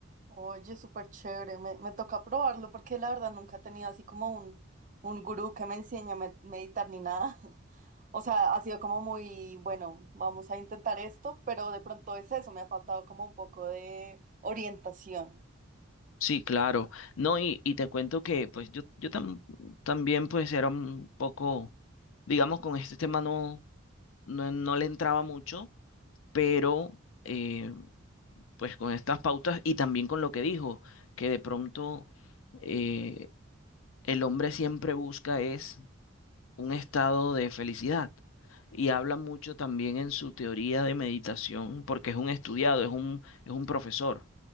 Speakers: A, on the right (about 40°); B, on the left (about 75°).
A: Oye, súper chévere. Me, me toca probarlo porque la verdad nunca he tenido así como un, un gurú que me enseñe a med- meditar ni nada. <laughs> O sea, ha sido como muy, bueno, vamos a intentar esto, pero de pronto es eso, me ha faltado como un poco de orientación.
B: Sí, claro. No, y, y te cuento que pues yo, yo tam- también pues era un poco, digamos, con este tema no, no, no le entraba mucho, pero eh, pues con estas pautas y también con lo que dijo, que de pronto eh, el hombre siempre busca es un estado de felicidad. Y habla mucho también en su teoría de meditación, porque es un estudiado, es un, es un profesor